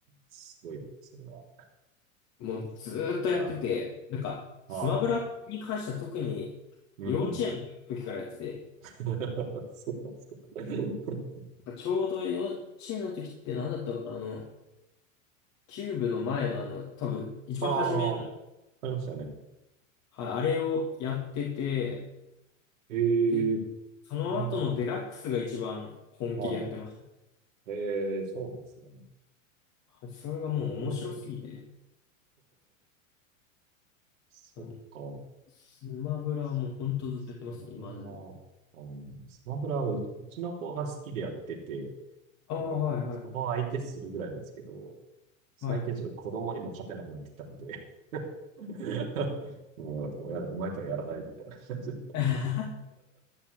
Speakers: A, on the right; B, on the left.
A: すごいな、それは。
B: もうずーっとやってて、
A: は
B: なんか、スマブラに関しては特に幼稚園の時からやってて、
A: い。はい。うん。<laughs> そうなんですか。<laughs>
B: なんかちょうど幼稚園の時って何だったかな、あの、キューブの前のあの、多分、一番初めの、
A: ああ、ありましたね。
B: はい、あれをやってて、
A: え
B: で、
A: え
B: その後のデラックスが一番本気でやってました。
A: 今なのかな。はい。ええそうなんですね。
B: はいそれがもう面白すぎて、
A: おー、そっか。
B: もうスマブラはもう本当ずっとやってますね、
A: そうですスマブラは、
B: 未だに。
A: うん、スマブラはううちの子が好きでやってて、
B: ああ、
A: もう、
B: はい、はい、
A: その相手するぐらいなんですけど、最近はちょっと子供にも勝てなくなってきたんで、
B: はい。
A: <laughs> もう、もうやだ、お前とはやらないみたいな感じ
B: <laughs>